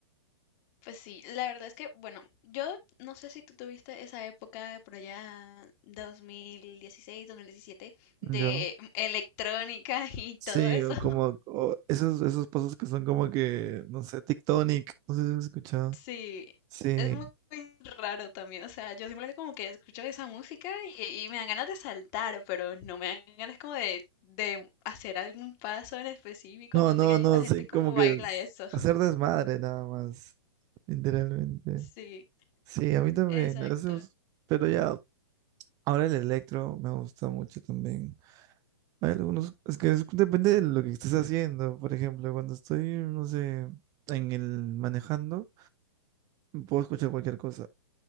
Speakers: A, on the left; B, on the right.
A: Pues sí, la verdad es que, bueno, yo no sé si tú tuviste esa época por allá dos dos mil dieciséis dos mil diecisiete de
B: Ya.
A: electrónica <laughs> y todo
B: Sí,
A: eso.
B: o como o esos, esos pasos que son como que, no sé, tectonic, no sé si has escuchado.
A: Sí,
B: Sí.
A: es muy, muy raro también, o sea, yo simplemente como que escucho esa música y, y me dan ganas de saltar, pero no me dan ganas como de, de hacer algún paso en específico,
B: No,
A: no
B: no,
A: sé qué,
B: no,
A: y la gente
B: sí,
A: cómo
B: como que
A: baila
B: es
A: eso.
B: hacer desmadre nada más, literalmente.
A: Sí,
B: Sí, a mí también,
A: exacto.
B: a esos, pero ya, ahora el electro me gusta mucho también. Hay algunos, es que es- depende de lo que estés haciendo. Por ejemplo, cuando estoy, no sé, en el manejando, puedo escuchar cualquier cosa.